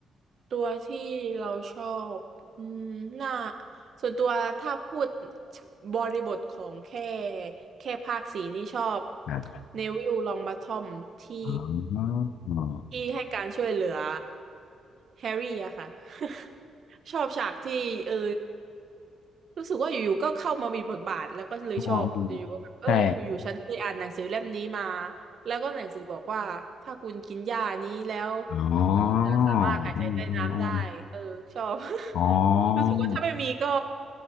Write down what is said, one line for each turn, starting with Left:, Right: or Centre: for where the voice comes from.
Right: ตัวที่เราชอบอืมน่าส่วนตัวถ้าพูดบริบทของแค่แค่ภาคสีนี่ชอบ
Left: ครับ
Right: เนวิลลองบ o ทอมที่
Left: อ๋ออ๋อ
Right: ที่ให้การช่วยเหลือแฮร์รี่อะค่ะ <laughs> ชอบฉากที่เออรู้สึกว่าอยู่ๆก็เข้ามามีบทบาทแล้วก็เลยชอบอยู่ๆก็แบบเอออยู่ๆฉันเคยอ่านหนังสือเล่มนี้มา
Left: อ๋อใช่
Right: แล้วก็หนังสือบอกว่าถ้าคุณกินยานี้แล้ว
Left: อ๋ออืมอืมอืม
Right: จะสามารถหายใจใต้น้ำได้ เออชอบ
Left: อ๋อ
Right: <laughs> รู้สึกว่าถ้าไม่มีก็